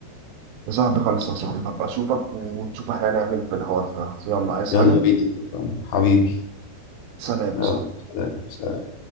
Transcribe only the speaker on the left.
يلا
بينا اتفقنا حبيبي
يلا
سلام سلام.